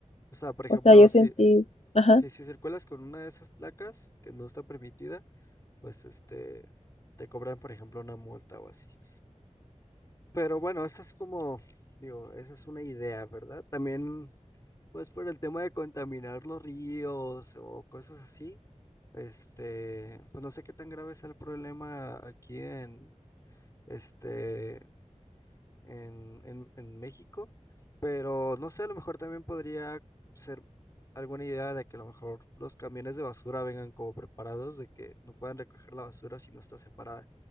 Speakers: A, on the left (about 25°); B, on the left (about 60°).
A: O sea, por ejemplo,
B: O sea, yo sentí,
A: si, si,
B: ajá.
A: si si circulas con una de esas placas que no está permitida, pues este, te cobran, por ejemplo, una multa o así. Pero bueno, esa es como, digo, esa es una idea, ¿verdad? También, pues por el tema de contaminar los ríos o cosas así, este, pues no sé qué tan grave es el problema aquí en, este, en, en, en México, pero no sé, a lo mejor también podría ser alguna idea de que a lo mejor los camiones de basura vengan como preparados, de que no puedan recoger la basura si no está separada